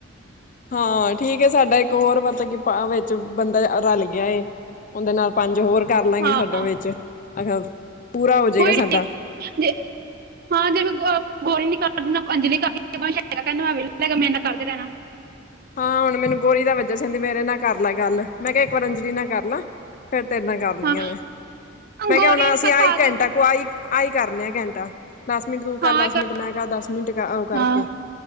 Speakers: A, on the left; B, on the right.
A: ਹਾਂ ਠੀਕ ਐ ਸਾਡਾ ਇੱਕ ਹੋਰ ਪਤਾ ਕਿ ਭਾ ਵਿੱਚ ਬੰਦਾ ਰਲ ਗਿਆ ਏ। ਉਹਦੇ ਨਾਲ ਪੰਜ ਹੋਰ ਕਰਲਾਂਗੇ
B: ਹਾਂ
A: ਸਾਡਾ ਵਿੱਚ ਆਹ ਪੂਰਾ ਹੋ ਜਏਗਾ
B: ਹੋਈ
A: ਸਾਡਾ।
B: <inaudible> ਹਾਂ ਜਿਵੇਂ ਗੋ ਗੌਰੀ ਨੀ ਕਰਦੀ ਨਾ ਅੰਜਲੀ ਕਰਦੀ ਵੰਸ਼ ਕਹਿੰਦਾ ਮੈਂ ਕਿਹਾ ਮੇਰੇ ਨਾਲ ਕਰਦੇ ਰਹਿਣਾ।
A: ਹਾਂ ਹੁਣ ਮੈਨੂੰ ਗੌਰੀ ਦਾ ਵਜਾ ਸੀ ਕਹਿੰਦੀ ਮੇਰੇ ਨਾਲ ਕਰਲੈ ਗੱਲ ਮੈਂ ਕਿਹਾ ਇੱਕ ਵਾਰ ਅੰਜਲੀ ਨਾਲ ਕਰਲਾ। ਫੇਰ ਤੇਰੇ ਨਾਲ ਕਰ ਹੁਣੀ
B: ਹਾਂ
A: ਆ ਮੈਂ,
B: ਗੋਰੀ
A: ਮੈਂ ਕਿਹਾ ਹੁਣ
B: ਨੀ
A: ਅਸੀਂ ਆਹੀ
B: ਪਾਗਲ
A: ਘੰਟਾ ਕੁ ਆਈ ਆਹੀ ਕਰਨਾ ਐ ਘੰਟਾ। ਦਸ ਮਿੰਟ ਤੂੰ ਕਰ
B: ਹਾਂ ਇੱਕ
A: ਦਸ ਮਿੰਟ ਮੈਂ ਕਰ ਦਸ ਮਿੰਟ ਅ ਕਰਕੇ।
B: ਹਾਂ